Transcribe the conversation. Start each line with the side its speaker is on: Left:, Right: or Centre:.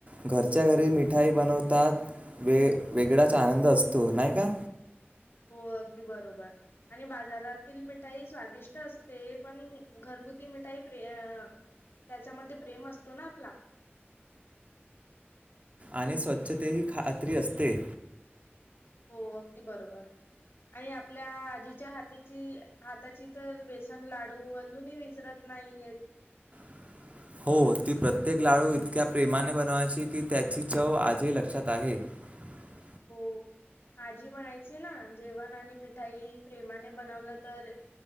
Right: घरच्या घरी मिठाई बनवतात. वे वेगळाच आनंद असतो नाही का?
Left: हो, अगदी बरोबर आणि बाजारातील मिठाई स्वादिष्ट असते पण घरगुती मिठाई प्रय त्याच्यामध्ये प्रेम असतो ना आपला.
Right: आणि स्वच्छ ते ही खात्री असते.
Left: हो अगदी बरोबर. आणि आपल्या आजीच्या हाताची हाताची तर बेसन लाडू अजूनही विसरत नाही नाही येत.
Right: <inaudible> हो ती प्रत्येक लाडू इतक्या प्रेमाने बनवायची की त्याची चव आजही लक्षात आहे. <unintelligible>
Left: हो आजी म्हणायची ना, जेवण आणि मिठाई प्रेमाने बनवलं तर